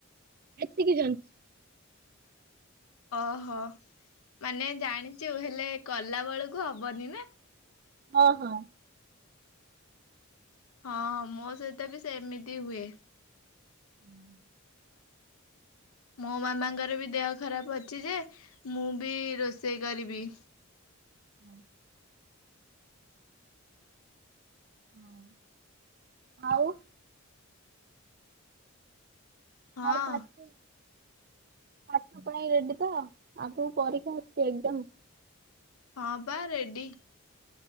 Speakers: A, on the right; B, on the left.
A: ଏତିିକି ଜାଣିଛି।
B: ଓହୋ, ମାନେ ଜାଣିଛୁ ହେଲେ କଲା ବେଳକୁ ହବନି ନା?
A: ହଁ ହଁ।
B: ହଁ ମୋ ସହିତ ବି ସେମିତି ହୁଏ।
A: ହୁଁ
B: ମୋ ମାମାଙ୍କର ବି ଦେହ ଖରାପ ଅଛି ଯେ ମୁଁ ବି ରୋଷେଇ କରିବି।
A: ହୁଁ ହଁ ଆଉ।
B: ହଁ
A: ହଉ <unintelligible> ପାଠ ପାଇଁ ରେଡି ତ ଆଗକୁ ପରୀକ୍ଷା ଆସିୁଛି ଏକ୍ସାମ୍।
B: ହଁ ପ ରେଡ଼ି।